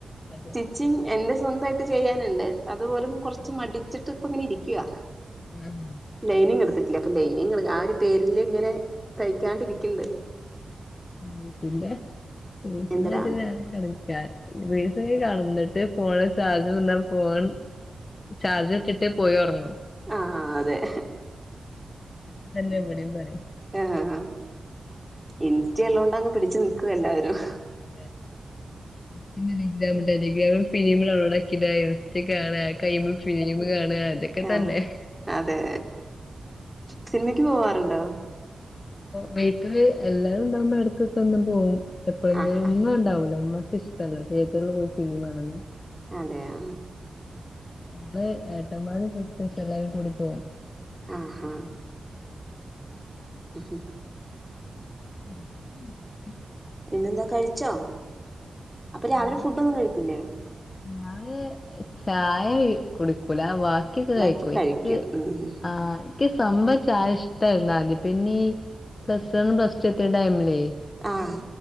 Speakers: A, on the left; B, in the centre.
A: അതെ
B: ച്ചും എന്റെ സ്വന്തായിട്ട് ചെയ്യാനുണ്ട് അത്പോലും കൊറച്ച്
A: ആഹ്
B: മടിച്ചിട്ട് ഇപ്പം ഇങ്ങനെ ഇരിക്കുവാ
A: ഉം
B: ലൈനിങ് എടുത്തിട്ടില്ല അപ്പൊ ലൈനി ആ ഒരു പേരില് ഇങ്ങനെ തയ്ക്കാണ്ടിരിക്കുന്നുണ്ട്.
A: അനിയത്തിന്റെ ഓക്ക്പ്പത്
B: എന്തടാ
A: ഏറെക്കാരം റിൻസൊക്കെ കാണും ന്നട്ട് ഫോണില് ചാർജ് തീർന്നാ ഫോൺ. ചാർജ്നിട്ടിട്ട് പോയി ഒറങ്ങും
B: ആഹ് അതെ
A: ഇതന്നെ ഇവിടിം പണി
B: ആഹ് ഇൻസ്റ്റ ഉള്ളോണ്ടങ്ങ് പിടിച്ചു നിക്കും എല്ലാവരും.
A: അതെ പിന്നെ ടെലഗ്രാം ടെലഗ്രാമില് ഫിലിം ഡൌൺലോഡ് ആക്കിടാ ഇൻസ്റ്റ കാണാ കയ്യുമ്പോ ഫിലിം കാണാ അതൊക്കെ
B: ആഹ്
A: തന്നെ.
B: അതെ സിനിമക്ക് പോവാറുണ്ടോ?
A: വീട്ടില് എല്ലാരും ഇണ്ടാവുമ്പോ എടക്കൊക്കെ ഒന്ന് പോവും എപ്പോഴെങ്കിലും
B: ആഹാ
A: ഉമ്മ ഉണ്ടാവൂലാ ഉമ്മക്ക് ഇഷ്ടമല്ല തിയേറ്ററിൽ പോയി സിനിമകാണുന്നെ
B: അതെയാ
A: അത് ഏട്ടമ്മാര് ഒട്ടും ഇഷ്ടല്ല എല്ലാരും കൂടി പോവും
B: ആഹാ ഉം
A: <inaudible>
B: പിന്നെന്താ കഴിച്ചോ അപ്പോ രാവിലെ
A: ഉമ്മ
B: ഫുഡൊന്നും കഴിക്കില്ലേ
A: ഞാന് ചായ ഈ കുടിക്കൂല വാ ക്കിക്കോ
B: ഉണ്ടാക്കി
A: കഴിക്കോയ്
B: കഴിക്കും
A: ഇക്ക്
B: ഉം ഉം
A: ആ ഇക്ക് സംഭവം ചായ ഇഷ്ടായ്രുന്നു ആദ്യം പിന്നെ ഈ പ്ലസ് വൺ പ്ലസ് റ്റൂ എത്തിയ ടൈമിലേ.
B: ആഹ്